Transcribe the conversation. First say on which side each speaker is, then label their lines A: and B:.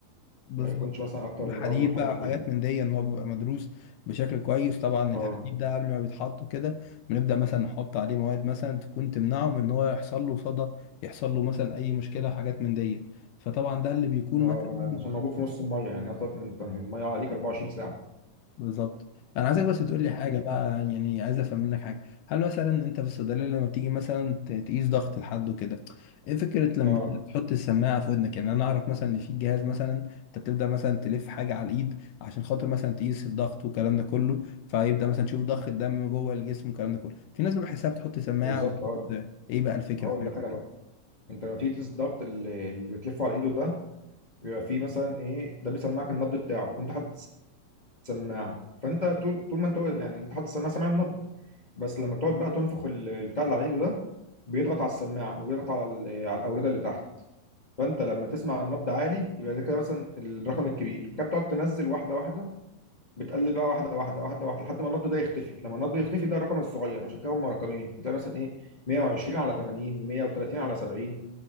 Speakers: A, on the left; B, on the left.
A: بالظبط
B: ما يكونش مثلا أكتر
A: الحديد
B: من الرمل والحاجات
A: بقى
B: دي
A: وحاجات
B: كلها
A: من دي ان هو بيبقى مدروس بشكل كويس طبعا
B: اه
A: الحديد ده قبل ما بيتحط كده بنبدا مثلا نحط عليه مواد مثلا تكون تمنعه من ان هو يحصل له صدى يحصل له مثلا اي مشكله وحاجات من دي فطبعا ده اللي بيكون
B: اه
A: مثلا
B: ده عشان موجود في نص المية يعني أصلا أنت المية عليك 24 ساعة
A: بالظبط انا عايزك بس تقول لي حاجه
B: مم.
A: بقى يعني عايز افهم منك حاجه هل مثلا انت في الصيدليه لما بتيجي مثلا ت- تقيس ضغط لحد وكده ايه فكره لما
B: اه
A: تحط السماعه في ودنك يعني انا اعرف مثلا ان في جهاز مثلا انت بتبدا مثلا تلف حاجه على الايد عشان خاطر مثلا تقيس الضغط والكلام ده كله فيبدا مثلا تشوف ضخ الدم جوه الجسم والكلام ده كله في ناس بحسها بتحط سماعه
B: بالظبط
A: وبتحط
B: هقول
A: ايه بقى الفكره
B: هقول
A: في
B: لك أنا
A: كده
B: بقى أنت لما تيجي تقيس الضغط اللي, اللي بتلفه على إيده ده بيبقى فيه مثلا إيه ده بيسمعك النبض بتاعه وأنت حاطط السماعة فأنت طول طول ما أنت يعني أنت حاطط السماعة سامع النبض بس لما بتقعد بقى تنفخ ال- البتاع اللي على ايده ده بيضغط على السماعه وبيضغط على ال- على الاورده اللي تحت فانت لما تسمع النبض عالي يبقى ده كده مثلا الرقم الكبير فكده بتقعد تنزل واحده واحده بتقلل بقى واحده واحده واحده واحده لحد ما النبض ده يختفي لما النبض يختفي ده الرقم الصغير عشان كده هم رقمين فتلاقي مثلا ايه 120 على 80 130 على 70